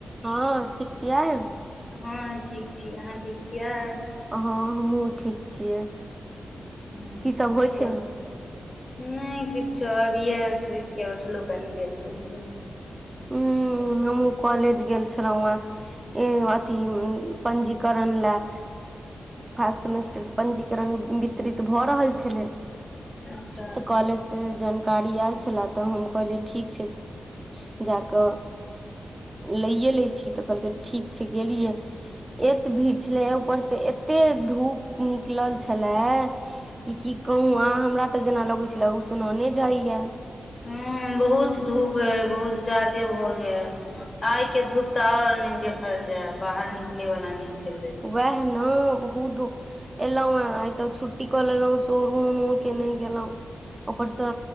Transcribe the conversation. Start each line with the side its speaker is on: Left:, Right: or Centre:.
Right: हँ ठीक छियै
Left: हँ ठीक छी अहाँ ठीक छियै
Right: हँ हमहूँ ठीक छियै
Left: अच्छा
Right: सब
Left: की
Right: होइ छै
Left: कर नहि किछो अभिये सुति के उठलहु कनी देर पहिले
Right: हं हमहुँ कॉलेज गेल छलहुँ हैं ए अथि पंजीकरण लए फाइव सेमेस्टरके पंजीकरण त्रीत भऽ रहल छलै
Left: अच्छा
Right: तऽ कॉलेज से जानकारी आयल छला तऽ हम कहलियै ठीक छै जा कऽ ई ई लैए लै छी तऽ कहलकै ठीक छै गेलियै एत भीड़ छलै ऊपर से एते धूप निकलल छलैय कि की कहू आ हमरा तऽ जेना लगैत छलए उसनने जाइए
Left: हं बहुत धूप अय बहुत ज्यादे भऽ गेल आइ के धूप तऽ और ने देखल जाय बाहर निकले वाला नहि छलै
Right: वएह ने बहुत धूप एलहु हे आ तऽ छुट्टी कऽ लेलहुँ शोरूमो के नहि गेलहुं ऊपर सँ